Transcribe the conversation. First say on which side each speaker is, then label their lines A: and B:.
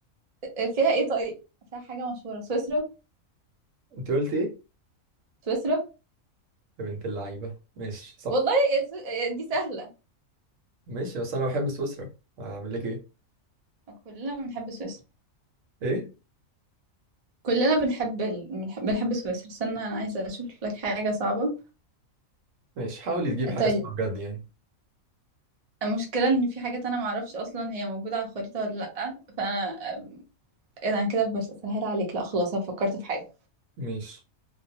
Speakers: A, on the right; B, on the right.
A: آه، فيها ايه طيب فيها حاجة مشهورة سويسرا
B: انت قلت ايه
A: سويسرا
B: يا بنت اللعيبة ماشي صح
A: والله يا سو... آه، دي سهلة
B: ماشي بس انا بحب سويسرا اعمل لك ايه
A: كلنا بنحب سويسرا
B: ايه
A: كلنا بنحب ال... بنحب بنحب سويسرا استنى انا عايزة اشوف لك حاجة صعبة
B: ماشي حاولي تجيب
A: آه،
B: حاجة
A: طيب
B: اسمها بجد يعني
A: المشكلة ان في حاجات انا معرفش اصلا هي موجودة على الخريطة ولا لأ فانا آه، ايه ده، انا كده بسهل عليك لا خلاص انا فكرت في حاجة
B: ماشي